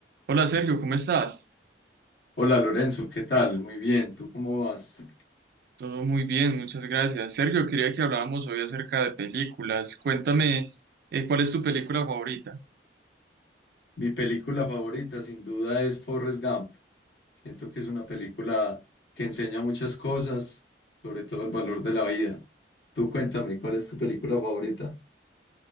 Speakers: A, on the right; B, on the left.
A: Hola Sergio, ¿cómo estás?
B: Hola Lorenzo, ¿qué tal? Muy bien, ¿tú cómo vas?
A: Todo muy bien, muchas gracias. Sergio, quería que habláramos hoy acerca de películas. Cuéntame, eh, ¿cuál es tu película favorita?
B: Mi película favorita sin duda es Forrest Gump. Siento que es una película que enseña muchas cosas, sobre todo el valor de la vida. Tú cuéntame, ¿cuál es tu película favorita?